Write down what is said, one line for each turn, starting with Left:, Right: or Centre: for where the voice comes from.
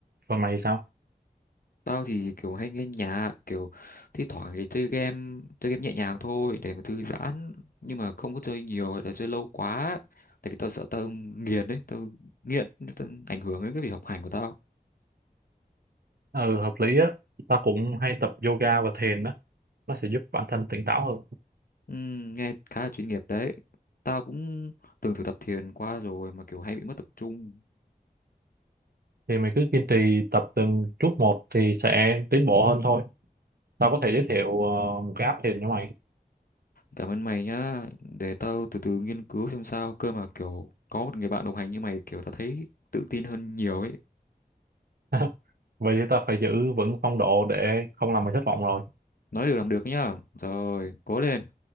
Right: còn mày thì sao
Left: tao thì kiểu hay nghe nhạc kiểu thi thoảng thì chơi game chơi game nhẹ nhàng thôi để mà thư giãn nhưng mà không có chơi nhiều hay là chơi lâu quá tại vì tao sợ tao nghiền ấy tao nghiện tao ảnh hưởng đến cái việc học hành của tao
Right: ừ hợp lý á ta cũng hay tập yoga và thiền á nó sẽ giúp bản thân tỉnh táo hơn
Left: Ừm, nghe khá là chuyên nghiệp đấy tao cũng từng thử tập thiền qua rồi mà kiểu hay bị mất tập trung
Right: thì mày cứ kiên trì tập từng chút một thì sẽ tiến bộ hơn thôi tao có thể giới thiệu ờ, một cái app thiền cho mày
Left: Cảm ơn mày nhá, để tao từ từ nghiên cứu xem sao, cơ mà kiểu có một người bạn đồng hành như mày kiểu tao thấy tự tin hơn nhiều ấy.
Right: <laughs> vậy thì ta phải giữ vững phong độ để không làm mày thất vọng rồi
Left: Nói được làm được nhá. Rồi, cố lên.